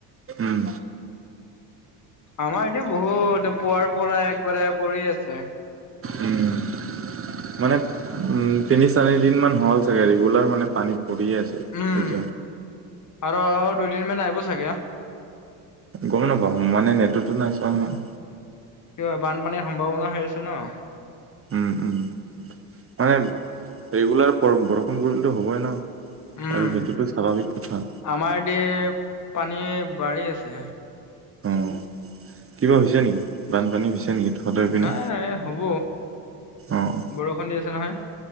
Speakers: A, on the right; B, on the left.
A: উম
B: আমাৰ ইয়াতে বহুত পুৱাৰ পৰাই একবাৰে পৰি আছে। <inaudible>
A: উম, মানে উম তিনি চাৰি দিন মান হ'ল চাগে ৰেগুলাৰ মানে পানীত পৰিয়ে আছে।
B: উম
A: আছা,
B: আৰু দুদিনমান আহিব চাগে।
A: গম নাপাওঁ মানে নেটটতো নাই চোৱা নহয়।
B: কিয় বানপানীৰ সম্ভাৱনা হৈ আছে ন?
A: উম উম মানে ৰেগুলাৰ ব বৰষুণ পৰিলেতো হ'বই ন।
B: উম,
A: আৰু সেইটোতো স্বাভাৱিক কথা।
B: আমাৰ দি পানী বাঢ়ি আছে।
A: অ কিবা হৈছে নেকি বানপানী হৈছে নেকি? তহঁতৰ পিনে
B: নাই নাই হ'ব
A: অ'।
B: বৰষুণ দি আছে নহয়।